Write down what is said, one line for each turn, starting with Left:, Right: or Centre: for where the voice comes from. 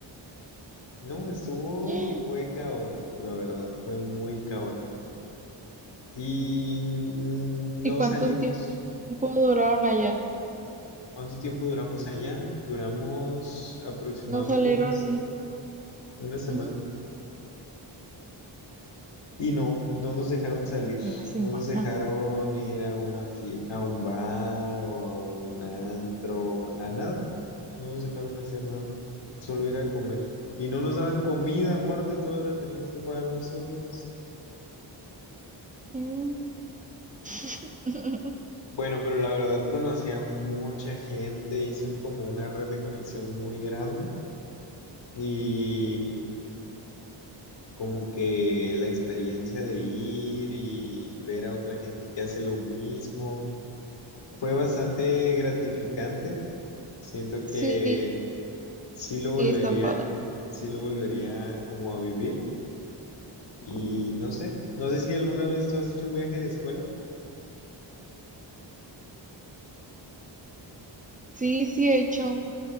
Left: No, estuvo,
Right: ¿Y
Left: fue caótico, la verdad, fue muy caótico. Y mm, no
Right: cuánto
Left: salimos.
Right: tiempo duraron allá?
Left: ¿Cuánto tiempo duramos allá? Duramos aproximadamente
Right: No salieron
Left: unas, una semana.
Right: ujú,
Left: Y no, no nos dejaron salir,
Right: una semana.
Left: no nos dejaron ir a una fie- a un bar o a un antro, a nada. No nos dejaron hacer nada, solo ir a comer. Y no nos daban comida, aparte, toda la teníamos que pagar nosotros.
Right: Mm. <laughs>
Left: Bueno, pero la verdad conocí a mucha gente, hice como una red de conexión muy grande y como que la experiencia de ir y ver a otra gente que hace lo mismo Fue bastante gratificante. Siento
Right: Sí,
Left: que sí lo volvería,
Right: está padre.
Left: sí lo volvería como a vivir. Y no sé, no sé si alguna vez tú has hecho un viaje de escuela.
Right: Sí, sí he hecho